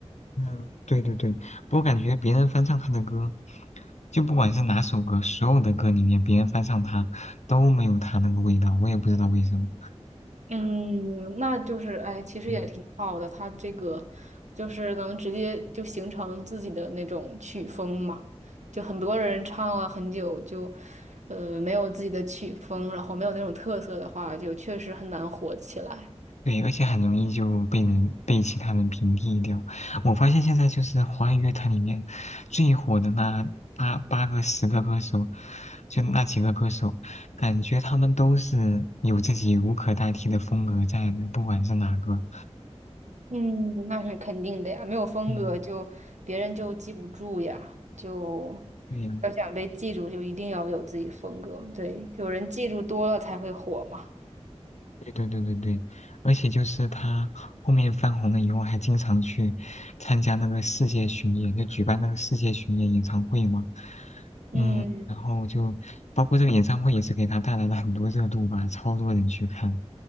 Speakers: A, on the left; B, on the right.
A: 嗯，对对对，我感觉别人翻唱他的歌，就不管是哪首歌，所有的歌里面别人翻唱他都没有他那个味道，我也不知道为什么。
B: 嗯，那就是哎，其实也挺好的，
A: 嗯，
B: 他这个就是能直接就形成自己的那种曲风嘛。就很多人唱了很久就，呃，没有自己的曲风，然后没有那种特色的话，就确实很难火起来。
A: 对，而且很容易就被人被其他人屏蔽掉。我发现现在就是华语乐坛里面最火的那八八个十个歌手，就那几个歌手，感觉他们都是有自己无可代替的风格在的，不管是哪个。
B: 嗯，那是肯定的呀，没有风格就别人就记不住呀，
A: 嗯。
B: 就
A: 对呀。
B: 要想被记住，就一定要有自己风格。对，有人记住多了才会火嘛。
A: 对对对对对，而且就是他后面翻红了以后，还经常去参加那个世界巡演，就举办那个世界巡演演唱会嘛。嗯，
B: 嗯
A: 然后就包括这个演唱会也是给他带来了很多热度吧，超多人去看，